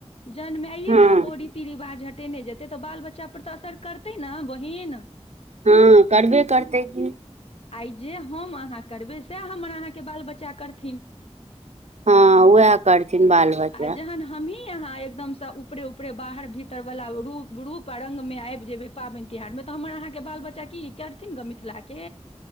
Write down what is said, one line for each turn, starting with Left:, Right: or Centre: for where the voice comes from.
Left: जनमाइए
Right: हँ
Left: बाप ओर रीति-रिवाज हटेने जेतै तऽ बाल-बच्चा पर तऽ असर करतै ने, बहिन।
Right: हँ करबे करतै की
Left: आइ जे हम अहाँ करबै सएह हमर अहाँके बाल बच्चा करथिन
Right: हँ उएह करथिन बाल बच्चा
Left: आ जहन ह हमी यहाँ एकदम से ऊपरे ऊपरे बाहर भीतर वला रूप रूप पारंग मे आबि जेबै पाबनि तिहार मे तऽ हमर अहाँके बाल बच्चा की करथिन गऽ मिथिला के